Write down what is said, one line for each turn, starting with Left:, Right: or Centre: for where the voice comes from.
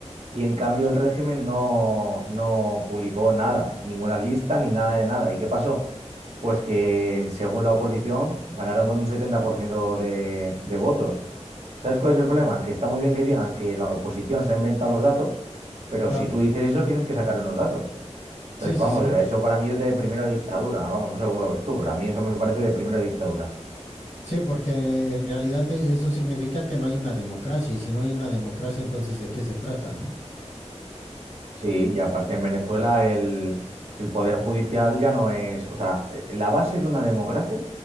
Right: Y en cambio el régimen no, no publicó nada, ninguna lista ni nada de nada. ¿Y qué pasó? pues que según la oposición ganaron con un 70% de, de votos. ¿Sabes cuál es el problema? Que está muy bien que digan que la oposición se ha inventado los datos, pero
Left: Claro.
Right: si tú dices eso tienes que sacar unos datos. Entonces,
Left: Sí, sí,
Right: vamos,
Left: sí.
Right: eso para mí es de primera dictadura. Vamos, no sé cómo lo ves tú, pero a mí eso me parece de primera dictadura.
Left: Sí, porque en realidad e- eso significa que no hay una democracia, y si no hay una democracia, entonces ¿de qué se trata, no?
Right: Sí, y aparte en Venezuela el, el poder judicial ya no es, o sea, eh, la base de una democracia